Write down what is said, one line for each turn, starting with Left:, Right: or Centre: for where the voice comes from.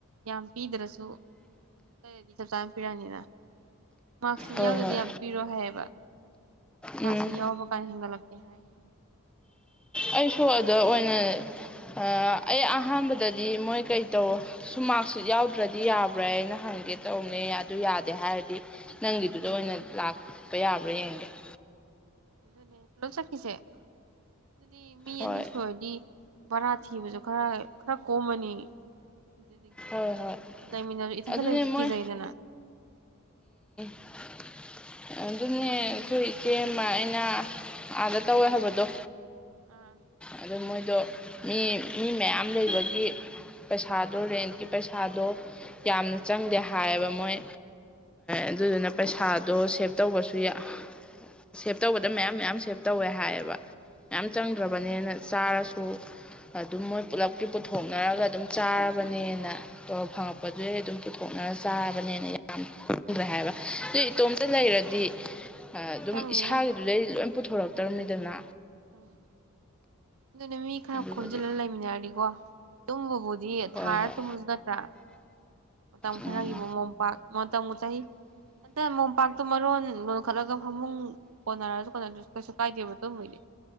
Right: ꯌꯥꯝ ꯄꯤꯗ꯭ꯔꯁꯨ ꯈꯔ ꯂꯩꯔꯗꯤ ꯆꯞ ꯆꯥꯅ ꯄꯤꯔꯛꯑꯅꯤꯅ ꯃꯥꯔꯛꯁꯤꯠ
Centre: ꯍꯣꯏ
Right: ꯌꯥꯎꯗꯗꯤ
Centre: ꯍꯣꯏ
Right: ꯌꯥꯝ ꯄꯤꯔꯣꯏ ꯍꯥꯏꯌꯦꯕ ꯃꯥꯔꯛꯁꯤꯠ
Centre: ꯎꯝ
Right: ꯌꯥꯎꯕ ꯀꯥꯟꯗ ꯍꯦꯟꯒꯠꯂꯛ ꯍꯥꯏꯌꯦ
Centre: ꯑꯩꯁꯨ ꯑꯗꯨꯗ ꯑꯣꯏꯅꯥ <inaudible> ꯑꯩ ꯑꯍꯥꯟꯕꯗꯗꯤ ꯃꯣꯏ ꯀꯩ ꯇꯧ ꯁꯨꯝ ꯃꯥꯔꯛꯁꯤꯠ ꯌꯥꯎꯗ꯭ꯔꯗꯤ ꯌꯥꯕ꯭ꯔ ꯍꯥꯏꯅ ꯍꯪꯉ ꯌꯦꯡꯒꯦ ꯇꯧꯋꯦ ꯑꯗꯨ ꯌꯥꯗꯦ ꯍꯥꯏꯔꯗꯤ ꯅꯪꯒꯤꯗꯨꯗ ꯑꯣꯏꯅ ꯂꯥꯛꯄ ꯌꯥꯕ꯭ꯔꯥ ꯌꯦꯡꯒꯦ <inaudible>
Right: ꯑꯗꯨꯅꯦ ꯄꯨ ꯂꯣꯏ ꯆꯠꯈꯤꯁꯦ ꯑꯗꯨꯗꯤ ꯃꯤ
Centre: ꯍꯣꯏ
Right: ꯑꯅꯤ ꯁꯨꯔꯗꯤ ꯕꯔꯥ ꯊꯤꯕꯁꯨ ꯈꯔ ꯈꯔ ꯀꯣꯝꯃꯅꯤ ꯑꯗꯨꯗꯒꯤ
Centre: ꯍꯣꯏ ꯍꯣꯏ
Right: ꯂꯩꯃꯤꯟꯅꯁꯨ ꯏꯊꯟꯇ
Centre: ꯑꯗꯨꯅꯦ
Right: ꯂꯩꯕꯁꯨ
Centre: ꯃꯣꯏ
Right: ꯀꯤꯖꯩꯗꯅ
Centre: <inaudible> ꯑꯗꯨꯅꯦ ꯑꯩꯈꯣꯏ ꯏꯆꯦ ꯑꯃ ꯑꯩꯅ ꯑꯥꯗ ꯇꯧꯋꯦ ꯍꯥꯏꯕꯗꯣ
Right: ꯑꯥ
Centre: ꯑꯗꯨ ꯃꯣꯏꯗꯣ ꯃꯤ ꯃꯤ ꯃꯌꯥꯝ ꯂꯩꯕꯒꯤ ꯄꯩꯁꯥꯗꯣ ꯔꯦꯟ ꯄꯩꯁꯥꯗꯣ ꯌꯥꯝꯅ ꯆꯪꯗꯦ ꯍꯥꯏꯌꯦꯕ ꯃꯣꯏ ꯑꯗꯨꯗꯨꯅ ꯄꯩꯁꯥꯗꯣ ꯁꯦꯚ ꯇꯧꯕꯁꯨ ꯌꯥꯝ ꯁꯦꯞ ꯇꯧꯕꯗ ꯃꯌꯥꯝ ꯃꯌꯥꯝ ꯁꯦꯞ ꯇꯧꯋꯦ ꯍꯥꯏꯌꯦꯕ ꯃꯌꯥꯝ
Right: ꯑꯥ
Centre: ꯆꯪꯗ꯭ꯔꯕꯅꯦꯅ ꯆꯥꯔꯁꯨ ꯑꯗꯨꯝ ꯃꯣꯏ ꯄꯨꯂꯞꯀꯤ ꯄꯨꯊꯣꯛꯅꯔꯒ ꯑꯗꯨꯝ ꯆꯥꯔꯕꯅꯦꯅ ꯐꯪꯉꯛꯄꯗꯨ ꯑꯗꯨꯝ ꯄꯨꯤꯊꯣꯛꯅꯒ ꯆꯥꯕꯅꯦꯅ ꯌꯥꯝ ꯈꯪꯗ꯭ꯔꯦ ꯍꯥꯏꯕ ꯑꯗꯨ ꯏꯇꯣꯝ ꯂꯩꯔꯗꯤ ꯑꯗꯨꯝ
Right: ꯆꯪꯅꯤꯍꯦ
Centre: ꯏꯁꯥꯒꯤꯗꯨꯗꯩ ꯂꯣꯏ ꯄꯨꯊꯣꯔꯛꯇꯧꯅꯤꯗꯅ
Right: ꯎꯝ ꯑꯗꯨꯅꯦ ꯃꯤ ꯈꯔ
Centre: ꯑꯗꯨꯗꯨꯒꯤ
Right: ꯈꯣꯝꯖꯤꯜꯂ ꯂꯩꯃꯤꯟꯅꯔꯗꯤꯀꯣ ꯇꯨꯝꯕꯕꯨ ꯗꯤ
Centre: ꯍꯣꯏ
Right: ꯊꯥꯔ
Centre: ꯍꯣꯏ
Right: ꯇꯨꯝꯃꯁꯨ ꯅꯠꯇ꯭ꯔꯥ ꯃꯇꯝ
Centre: ꯎꯝ
Right: ꯈꯔꯒꯤ ꯃꯣꯝꯄꯥꯛ ꯃꯇꯝ ꯆꯍꯤ ꯑꯗ ꯃꯣꯝꯄꯥꯛꯇꯨ ꯃꯔꯣꯟ ꯂꯣꯟꯈꯠꯂꯒ ꯐꯃꯨꯡ ꯀꯣꯟꯅꯔ ꯀꯣꯟꯅꯗ꯭ꯔꯁꯨ ꯀꯩꯁꯨ ꯀꯥꯏꯗꯦꯕ ꯇꯨꯝꯕꯩꯗꯤ